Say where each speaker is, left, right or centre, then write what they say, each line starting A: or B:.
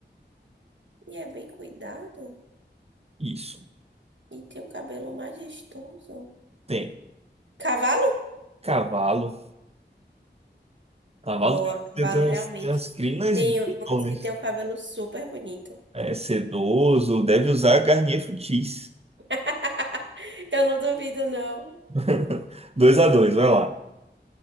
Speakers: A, on the right; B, on the right.
A: E é bem cuidado.
B: Isso.
A: E tem um cabelo majestoso.
B: Tem
A: Cavalo?
B: cavalo. Cavalo
A: Boa,
B: tem,
A: cavalo
B: tem, tem
A: realmente.
B: umas, tem umas crinas
A: Tem
B: bitonas.
A: uns que tem um cabelo super bonito.
B: É sedoso, deve usar Garnier Fructis.
A: <laughs> Eu não duvido, não.
B: <laughs> Dois a dois, vai lá.